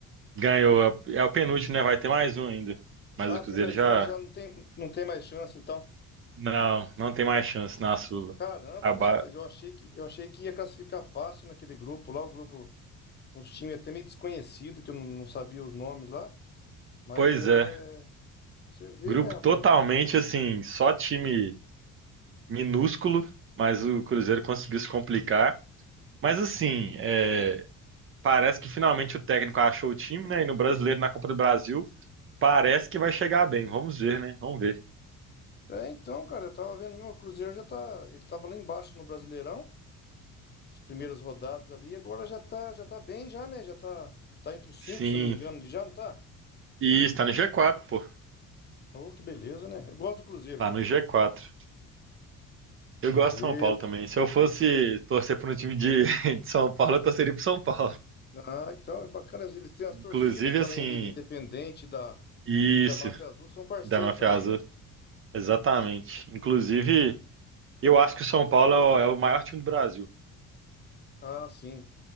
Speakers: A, on the right; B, on the left.
A: ganhou. É o é o penúltimo, né? Vai ter mais um ainda. Mas
B: Ah,
A: o Cruzeiro
B: tem mais
A: já.
B: uma, já não tem, não tem mais chance, então.
A: Não, não tem mais chance na Sula.
B: Caramba,
A: Acabar.
B: né, rapaz? Eu achei que, eu achei que ia classificar fácil naquele grupo lá, o grupo, uns times até meio desconhecido, que eu não, não sabia os nomes lá. Mas
A: Pois
B: é.
A: é.
B: Você vê,
A: Grupo
B: né, rapaz?
A: totalmente assim, só time minúsculo, mas o Cruzeiro conseguiu se complicar. Mas assim, é, parece que finalmente o técnico achou o time, né? E no Brasileiro, na Copa do Brasil. Parece que vai chegar bem. Vamos ver, né? Vamos ver.
B: É, então, cara, eu tava vendo mesmo, o Cruzeiro já tá. Ele tava lá embaixo no Brasileirão. as primeiras rodadas ali. Agora já tá, já tá bem, já, né? Já tá, tá entre os
A: Sim.
B: cinco, se eu não me engano, ele já não tá?
A: E está no G4, pô.
B: Oh, que beleza, né? Eu gosto do Cruzeiro,
A: Tá
B: cara.
A: no G4. Eu
B: Cruzeiro.
A: gosto de São Paulo também. Se eu fosse torcer para um time de, <laughs> de São Paulo, eu torceria pro São Paulo.
B: Ah, então é bacana. Eles têm as
A: Inclusive,
B: torcidas também
A: assim,
B: ali do Independente e da,
A: isso,
B: e da Máfia Azul, são parceiras
A: da Mafia
B: também,
A: Azul.
B: né?
A: Exatamente. Inclusive, eu acho que o São Paulo é o- é o maior time do Brasil.
B: Ah, sim.